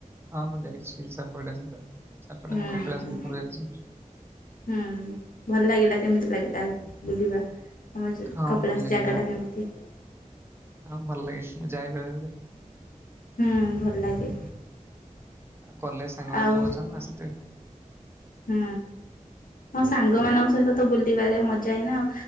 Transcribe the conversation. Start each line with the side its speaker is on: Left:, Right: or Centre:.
Right: ହଁ ମୁଁ ଯାଇଚି ସାପୁଆ ଡ୍ୟାମ ସାପୁଆ
Left: ହୁଁ
Right: ଡ୍ୟାମ କପିଳାସ
Left: ହୁଁ
Right: ଦିଇ ଥର ଯାଇଚି।
Left: ହୁଁ ଭଲ ଲାଗିଲା କେମିତି ଲାଗିଲା ବୁଲିବା। ଆମ
Right: ହଁ
Left: କପିଳାସ
Right: ଭଲ ଲାଗିଲା।
Left: ଜାଗା ଟା କେମିତି?
Right: ହଁ ଭଲ ଲାଗେ ମୁଁ ଯାଏ ବେଳେ ବେଳେ।
Left: ହୁଁ ଭଲ ଲାଗେ।
Right: ଆଉ କଲେଜ ସାଙ୍ଗମାନେ
Left: ଆଉ
Right: ସବୁ ଅଛନ୍ତି ନା ସେଥିପାଇଁ।
Left: ହୁଁ ହଁ ସାଙ୍ଗ ମାନଙ୍କ ସହିତ ତ ବୁଲିବାରେ ମଜା ଏଇନା ଆଉ।